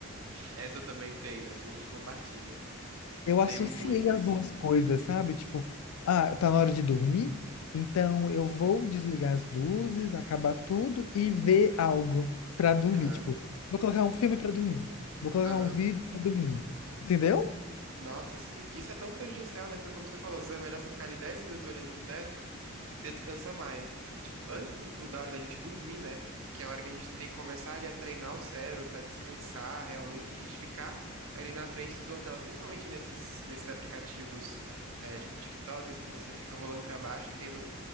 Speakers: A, on the right; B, on the left.
A: Essa eu também tenho, essa a gente compartilha. Eu
B: Eu
A: tenho
B: associei
A: muito isso.
B: as duas coisas, sabe? Tipo, ah, tá na hora de dormir, então eu vou desligar as luzes, acabar tudo e ver algo pra dormir.
A: Aham,
B: Tipo, vou colocar um filme pra dormir, vou colocar
A: aham.
B: um vídeo pra dormir, entendeu?
A: Nossa, sim. Isso é tão prejudicial, né? Foi como você falou, às vezes é melhor você ficar ali 10 minutos olhando pro teto, que você descansa mais. E, tipo, antes do, do- da hora da gente dormir, né? Que é a hora que a gente tem que começar ali a treinar o cérebro pra descansar realmente, a gente ficar ali na frente de uma tela, principalmente nesses, nesses aplicativos, é, tipo TikTok, assim, que você fica rolando pra baixo e tendo